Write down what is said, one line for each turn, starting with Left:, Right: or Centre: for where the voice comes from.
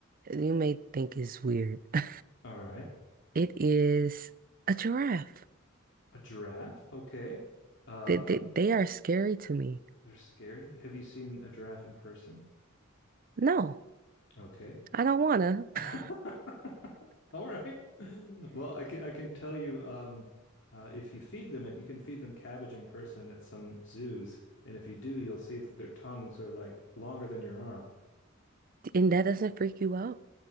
Right: you may think is weird. <laughs>
Left: All right.
Right: It is a giraffe.
Left: A giraffe. Okay. Uh.
Right: They, they, they are scary to me.
Left: They're scary. Have you seen a giraffe in person?
Right: No,
Left: Okay.
Right: I don't wanna. <laughs>
Left: <laughs> All right. Well, I can I can tell you um uh, if you feed them, you can feed them cabbage in person at some zoos, and if you do, you'll see that their tongues are like longer than your arm.
Right: And that doesn't freak you out.